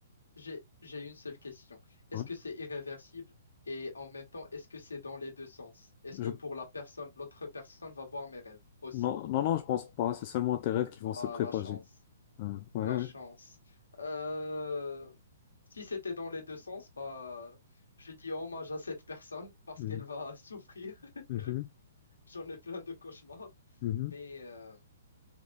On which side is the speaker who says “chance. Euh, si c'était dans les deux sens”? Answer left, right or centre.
Left